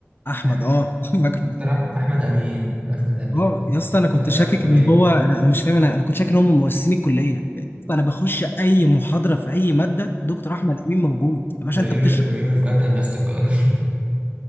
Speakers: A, on the left (about 45°); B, on the right (about 25°).
A: احمد
B: أحمد
A: اه <laughs> فاكره
B: دكتور أحمد أحمد أمين أحمد أمين
A: اه يا اسطى انا كنت
B: يا
A: شاكك
B: لهوي
A: ان هو انا انا مش فاهم انا انا كنت شاكك ان هم مؤسسين الكليه انا بخش اي محاضره في اي ماده دكتور احمد امين موجود يا باشا
B: بيومي
A: انت بتشرح
B: بيومي فؤاد هندسة القاهرة